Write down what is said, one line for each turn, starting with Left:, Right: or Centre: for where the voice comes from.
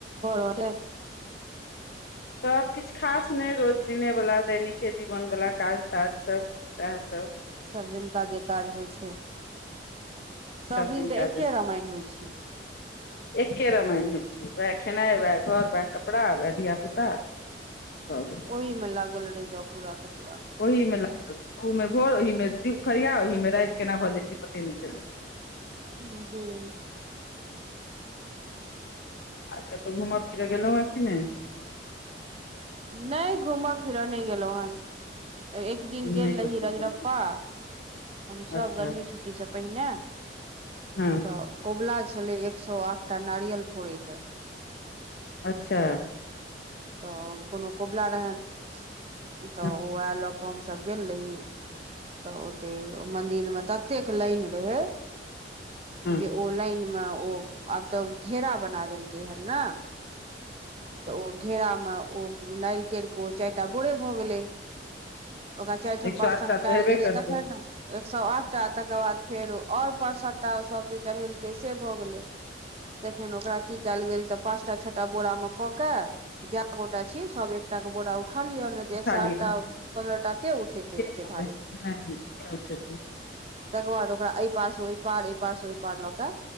Right: भ रहलै
Left: सब किछ खास नहि रोज दिने वला दैनिके जीवन वला काज ताज सब सेह सब
Right: सभ दिनका जे काज होइ छै सभदिन
Left: सब दिनका
Right: तऽ एके रामायण होइ छै
Left: एक्के रामायण होइ छै वएह खेनाइ वएह घर उएह कपड़ा वएह धियापुता हँ
Right: ओहिमे लागल रहि जाउ पूरा क पूरा
Left: ओहि मे लागल ओह में भोर ओहि दुफरिया ओहि मे राति केना भऽ जाय छै पते नहि चलै छै
Right: हं
Left: आ कतहु घूमय फिरऽ गेलहुँ है कि नहि
Right: नइ घूमऽ फिरऽ नहि गेलहुँ हन एक दिन गेल
Left: नहि
Right: रही
Left: कतहु
Right: रजरप्पा
Left: गेलहुँ
Right: हम सभ
Left: अच्छा
Right: गर्मी छुट्टीसँ पहिने
Left: हँ
Right: ओतय कबुला छलै, एक सए आठटा नारियल फोड़ैके।
Left: अच्छा।
Right: तऽ कोनो कबुला रहनि तऽ
Left: हँ
Right: ओ आयल। हमसभ गेल रही तऽ ओते मन्दिरमे तऽ। एतेक लाइन रहे
Left: हँ
Right: जे ओहि लाइनमे ओ। आब तऽ ओ घेरा बना देलकै हे ने? तऽ ओ घेरामे ओ नारियलके चारि टा बोरा भऽ गेलै। ओकरा चारि ठाम,
Left: एक सए
Right: पाँच
Left: आठटा
Right: ठाम
Left: तऽ
Right: कयल
Left: हेबे
Right: गेलै
Left: करतै
Right: तखने ने। एक सए आठटा, तकर बाद फेर आओर पाँच-सातटा सभ जे चढ़ेलकै से भऽ गेलै। तखन ओकरा की कयल गेल तऽ पाँचटा छओटा बोरामे। कऽ कऽ जे गोटा छी सभ, एक एकटा बोरा उठा लिअ।
Left: उठा
Right: एक सए
Left: लिअ
Right: आठटा
Left: अहाँ
Right: पन्द्रह टा के उठेतै,
Left: के
Right: ओते भारी।
Left: <unintelligible>
Right: तकर बाद ओकरा एहि पारसँ ओहि पार, एहि पारसँ ओहि पार लऽ कऽ